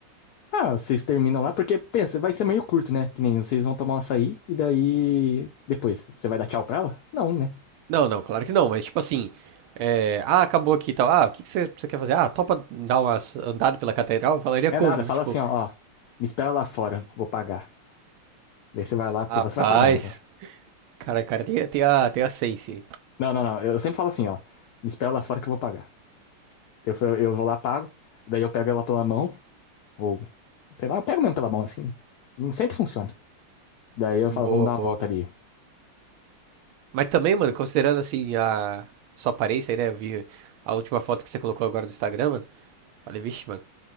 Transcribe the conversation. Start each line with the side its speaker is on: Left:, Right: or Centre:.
Left: Ah, vocês terminam lá, porque pensa, vai ser meio curto, né? Que nem vocês vão tomar um açaí e daí. Depois, você vai dar tchau pra ela? Não, né?
Right: Não, não, claro que não, mas tipo assim. é, ah, acabou aqui e tal. Ah, o que, que você, você quer fazer? Ah, topa dar uma s- andada pela catedral? Eu falaria
Left: É
Right: como?
Left: nada, fala
Right: Tipo,
Left: assim, ó, ó, me espera lá fora, vou pagar. Daí você vai lá, porque
Right: Rapaz,
Left: você vai pagar, né, lógico.
Right: cara, cara, tem, a- tem a, tem a Sense.
Left: Não, não, não. Eu sempre falo assim, ó. Me espera lá fora que eu vou pagar. Eu, fa- eu vou lá, pago. Daí eu pego ela pela mão. Ou, sei lá, eu pego mesmo pela mão assim. Não Sempre funciona. Daí eu
Right: Boa,
Left: falo, vamos dar
Right: boa.
Left: uma volta ali.
Right: Mas também, mano, considerando assim a sua aparência aí, né? Eu vi a última foto que você colocou agora no Instagram, mano. Falei, vixe, mano,